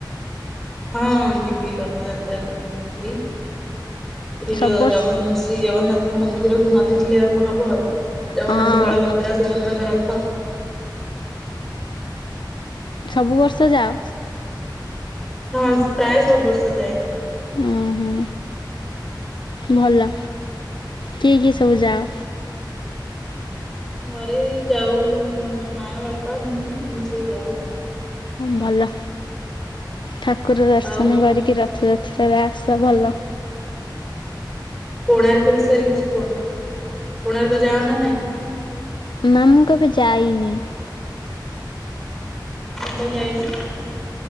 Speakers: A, in the centre; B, on the left.
A: ହଁ ଯିବି ରଥଯାତ୍ରାକୁ ଯିବି ପୁରୀ। ପୁରୀର
B: ସବୁ ବର୍ଷ
A: ଜଗନ୍ ଶ୍ରୀ ଜଗନ୍ନାଥ ମନ୍ଦିରକୁ ନ ଦେଖିଲେ ଆଉ କଣ ହବ ଆ। ଜଗନ୍ନାଥ
B: ହଁ
A: ବଳଭଦ୍ର ସୁଭଦ୍ରା ଙ୍କ ରଥ।
B: ସବୁ ବର୍ଷ ଯାଅ।
A: ହଁ ପ୍ରାୟ ସବୁ ବର୍ଷ ଯାଏ।
B: ଉଁ ହୁଁ ଭଲ କିଏ କିଏ ସବୁ ଯାଅ।
A: ଘରେ ଯାଉ ମା ବାପା ମୁଁ ଏମିତି ଯାଉ ଆଉ।
B: ଭଲ ଠାକୁର ଦର୍ଶନ
A: ଆଉ
B: କରିକି ରଥଯାତ୍ରା। ଆସ ଭଲ।
A: କୋଣାର୍କ ବିଷୟରେ କିଛି କୁହ କୋଣାର୍କ ଯାଅ ନା ନାହିଁ।
B: ନା ମୁ କେବେ ଯାଇନି।
A: କଣ ପାଇଁ ଜାଇନ?